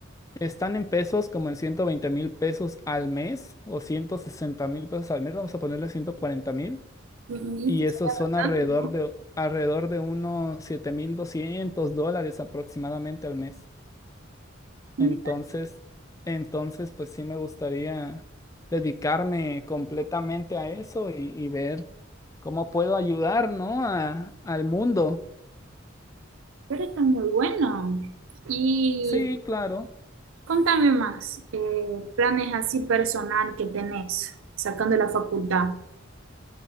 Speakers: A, on the left; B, on the right.
A: están en pesos como en ciento veinte mil pesos al mes o ciento sesenta mil pesos al mes, vamos a ponerle ciento cuarenta mil,
B: Y, y
A: y
B: esto
A: esos
B: será
A: son
B: bastante,
A: alrededor
B: ¿no?
A: de, alrededor de unos 7.200 dólares aproximadamente al mes.
B: Mira,
A: Entonces, entonces, pues sí me gustaría dedicarme completamente a eso y, y ver cómo puedo ayudar, ¿no? A, al mundo.
B: pero está muy bueno. Y
A: Sí, claro.
B: contame más, eh, planes así personal que tenés, sacando la facultad.